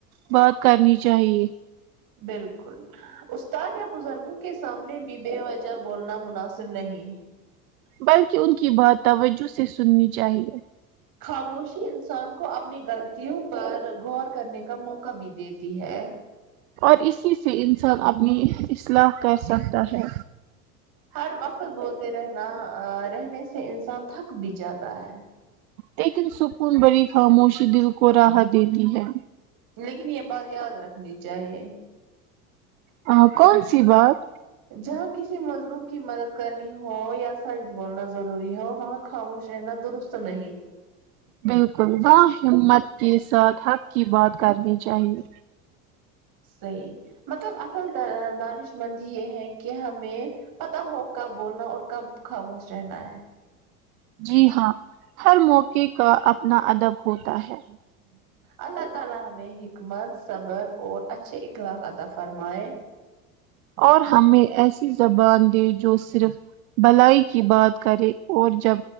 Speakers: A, on the right; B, on the right.
A: بات کرنی چاہیے
B: بالکل استاد یا بزرگوں کے سامنے بھی بے وجہہ بولنا مناسب نہیں
A: بلکہ ان کی بات توجہ سے سننی چاہیے
B: خاموشی انسان کو اپنی غلطیوں پر غور کرنے کا موقع بھی دیتی ہے
A: اور اسی سے انسان اپنی ہ اصلاح کر سکتا ہے
B: ہر وقت بولتے رہنا ا رہنے سے انسان تھک بھی جاتا ہے
A: لیکن سکون بڑی خاموشی دل کو راحت دیتی ہے
B: لیکن یہ بات یاد رکھنی چاہیے
A: ہاں کون سی بات
B: جہاں کسی مظلوم کی مدد کرنی ہو یا سچ بولنا ضروری ہو وہاں خاموش رہنا درست نہیں
A: بالکل با ہمت کے ساتھ حق کی بات کرنی چاہیے
B: صحیح مطلب اصل د دانش مندی یہ ہے کہ ہمیں پتا ہو کب بولنا اور کب خاموش رہنا ہے
A: جی ہاں ہر موقع کا اپنا ادب ہوتا ہے
B: اللہ تعالی ہمیں حکمت صبر اور اچھے اخلاق اتہ فرمائے
A: اور ہمیں ایسی زبان دے جو صرف بھلائی کی بات کرے اور جب